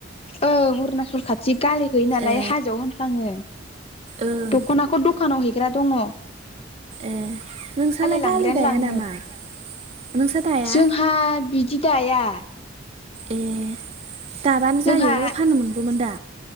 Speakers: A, on the left; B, on the right.
A: ओं अरुणाचल खाथि गाललि होयो नालाय
B: ए
A: हाजोआव होनफ्लाङो
B: ओं
A: दखनाखौ दखानाव हैग्रा दङ
B: ए नोंसालाय
A: लांग्रायानो
B: गालि दाया
A: लाङो
B: नामा नोंस्रा दाया
A: जोंहा बिदि दाया
B: ए दाबानो
A: जोंहा
B: जायो फाननो मोनगौमोन दा